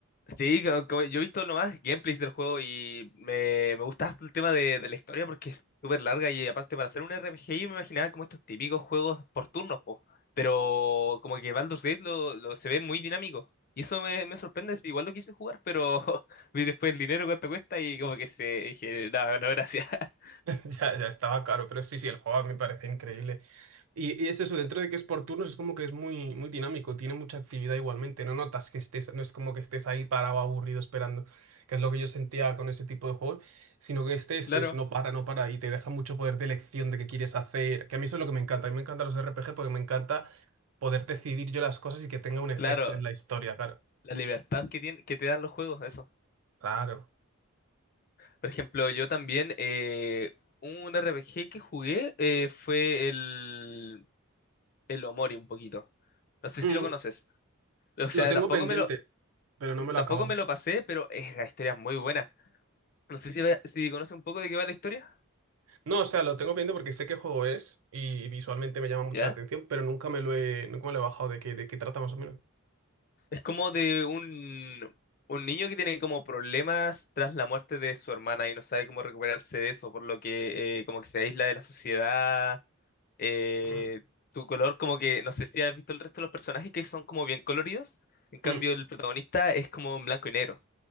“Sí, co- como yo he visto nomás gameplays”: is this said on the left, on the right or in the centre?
Left